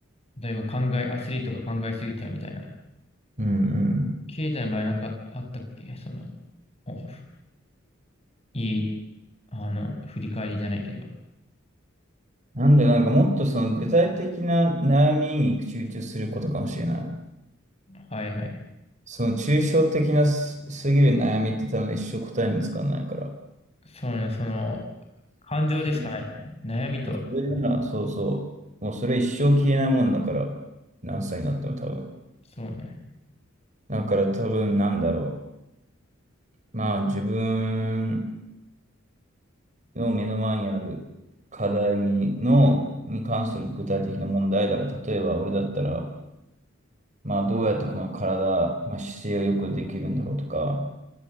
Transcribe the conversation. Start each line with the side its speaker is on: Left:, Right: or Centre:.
Left: 例えば考え、アスリートが考えすぎちゃうみたいな。
Right: うん、うん。
Left: 経済の場合なんかあったっけその、おいい、あの、振り返りじゃないけど。
Right: なんで、なんかもっとその具体的な悩みに集中することかもしれない。
Left: はいはい。
Right: その抽象的なす、すぎる悩みって多分ね一生答え見つかんないから。
Left: そうね、その、感情でしかないからね。
Right: それ、
Left: 悩みと、
Right: そそれなら、そうそう。もうそれ一生消えないもんだから、何歳になっても多分。
Left: そうね。
Right: だから多分なんだろう。まあ自分の目の前にある課題に、の、に関する具体的な問題だから、例えば俺だったら、まあ、どうやってこの体、まあ、姿勢をよくできるんだろうとか、